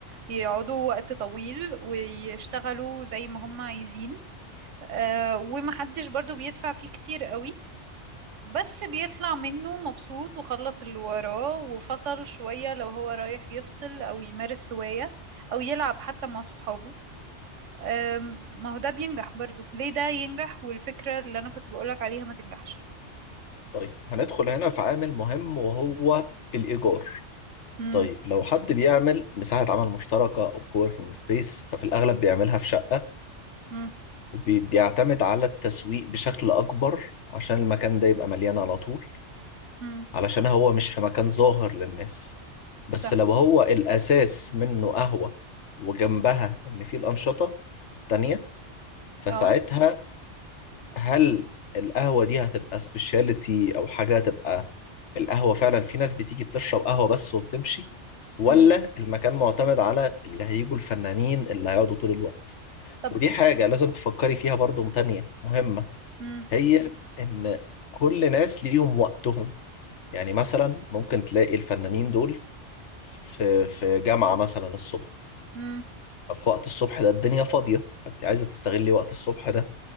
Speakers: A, on the right; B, on the left.
A: يقعدوا وقت طويل ويشتغلوا زي ما هم عايزين آه، ومحدش برضو بيدفع فيه كتير قوي بس بيطلع منه مبسوط وخلص اللي وراه وفصل شوية لو هو رايح يفصل أو يمارس هواية أو يلعب حتى مع صحابه آم، ما هو ده بينجح برضو ليه ده ينجح والفكرة اللي أنا كنت بقولك عليها ما تنجحش
B: طيب هندخل هنا في عامل مهم وهو الإيجار
A: مم.
B: طيب لو حد بيعمل مساحة عمل مشتركة أو كووركينج سبيس ففي الأغلب بيعملها في شقة
A: مم.
B: وبيعتمد على التسويق بشكل أكبر عشان المكان ده يبقى مليان على طول
A: مم.
B: علشان هو مش في مكان ظاهر للناس بس
A: صح
B: لو هو الأساس منه قهوة وجنبها إن فيه الأنشطة التانية فساعتها
A: اه
B: هل القهوة دي هتبقى سبيشاليتي أو حاجة هتبقى القهوة فعلا في ناس بتيجي بتشرب قهوة بس وبتمشي ولا
A: مم.
B: المكان معتمد على اللي هيجوا الفنانين اللي هيقعدوا طول الوقت
A: طب
B: ودي حاجة لازم تفكري فيها برضو تانية مهمة
A: مم.
B: هي إن كل ناس ليهم وقتهم يعني مثلا ممكن تلاقي الفنانين دول في في جامعة مثلا الصبح
A: مم.
B: في وقت الصبح ده الدنيا فاضية فأنت عايزة تستغلي وقت الصبح ده